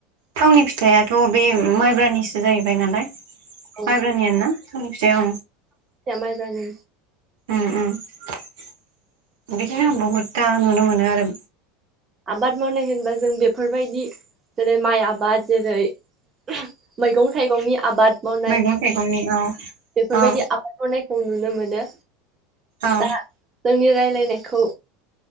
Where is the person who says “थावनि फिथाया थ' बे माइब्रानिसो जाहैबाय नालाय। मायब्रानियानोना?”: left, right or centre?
Right